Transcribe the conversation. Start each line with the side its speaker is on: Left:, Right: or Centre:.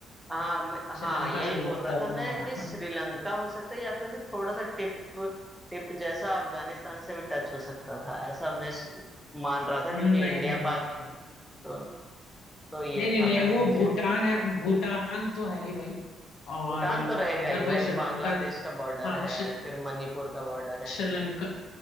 Centre: हाँ मैं-
Left: श्रीलंका
Centre: हाँ यही
Left: से भी
Centre: बोल
Left: लगता
Centre: रहा
Left: है अपना
Centre: था मैं
Left: वाला
Centre: कि श्रीलंका हो सकता है या फिर तो थोड़ा सा टिप टिप जैसा अफगानिस्तान से भी टच हो सकता था ऐसा मैं स- मान रहा था
Left: नहीं
Centre: क्योंकि इंडिया
Left: नहीं नहीं
Centre: पाक
Left: भाई
Centre: तो तो ये
Left: नहीं नहीं
Centre: था
Left: नहीं
Centre: कंफ्यूजन
Left: वो भूटान है भूटान तो है ही भाई और
Centre: भूटान
Left: अ,
Centre: तो रहेगा
Left: उधर
Centre: ही
Left: भाई
Centre: भाई
Left: श्रीलंका
Centre: बांग्लादेश का बॉर्डर
Left: हाँ
Centre: है
Left: श्री-
Centre: फिर मणिपुर का बॉर्डर है
Left: श्रीलंका